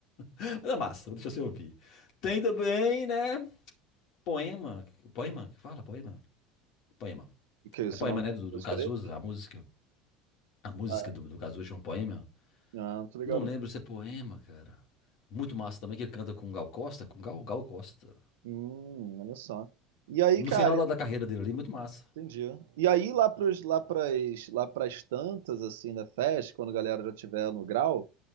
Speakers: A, on the left (about 55°); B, on the right (about 70°).
A: Mas é massa, deixa você ouvir. Tem também, né? Poema. Poema? que Fala, poema. Poema.
B: O que é esse
A: É poema,
B: nome
A: né?
B: da
A: Do, do
B: música
A: Cazuza,
B: dele?
A: a música. A música
B: Ah,
A: do, do Cazuza chama poema.
B: é? ah, não tô ligado
A: Não lembro
B: não.
A: se é poema, cara. Muito massa também, que ele canta com o Gal Costa. Com o Gal, Gal Costa.
B: Hum, olha só. E aí, cara,
A: No final da, da carreira dele ali, muito massa.
B: Entendi. E aí, lá para lá pras, lá pras tantas, assim, da festa, quando a galera já tiver no grau,